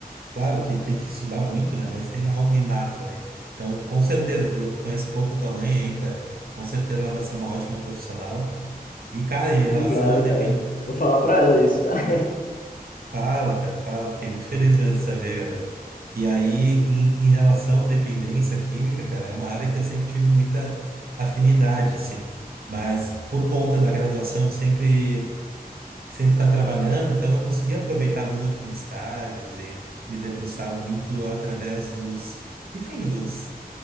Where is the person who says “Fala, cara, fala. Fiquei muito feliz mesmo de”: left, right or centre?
Right